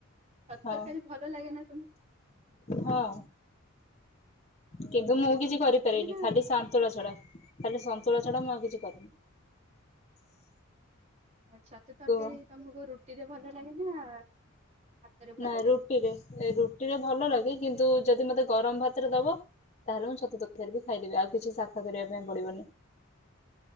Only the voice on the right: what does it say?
ଛତୁ
ତରକାରୀ ଭଲ ଲାଗେ ନା ତୁମକୁ।
ନା
ଆଉ ଛତୁ ତରକାରୀ
ତମକୁ ରୁଟି ରେ ଭଲ ଲାଗେ ହେ ନା ହାତରେ ଭଲ
ଲାଗେ